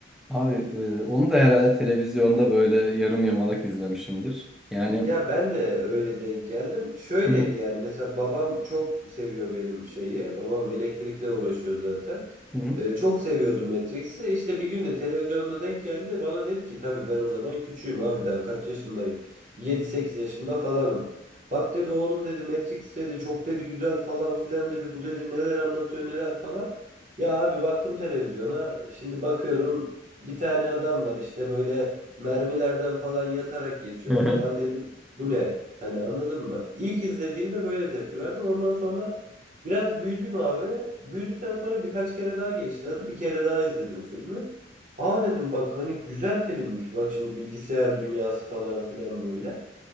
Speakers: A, in the centre; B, on the right (about 40°).
A: Abi e, onu da herhalde televizyonda böyle yarım yamalak izlemişimdir. Yani
B: Ya ben de öyle denk geldim. Şöyleydi
A: hı hı,
B: yani mesela babam çok seviyor benim şeyi. Babam elektrikle uğraşıyor zaten.
A: hı hı,
B: Ee, çok seviyordu Matrix'i. İşte bir gün de televizyonda denk geldi. Bana dedi ki tabii ben o zaman küçüğüm abi daha kaç yaşındayım. Yedi sekiz yaşımda falanım. Bak dedi oğlum dedi Matrix dedi çok dedi güzel falan filan dedi. Bu dedi neler anlatıyor neler falan. Ya abi baktım televizyona. Şimdi bakıyorum bir tane adam var işte böyle mermilerden falan yatarak geçiyor
A: Hı hı.
B: falan dedim. Bu ne? Hani anladın mı? İlk izlediğimde böyle tepki verdim. Ondan sonra biraz büyüdüm abi. Büyüdükten sonra birkaç kere daha geçti adı. Bir kere daha izledim filmi. Aa dedim bak hani güzel filmmiş. Bak şimdi bilgisayar dünyası falan filan böyle.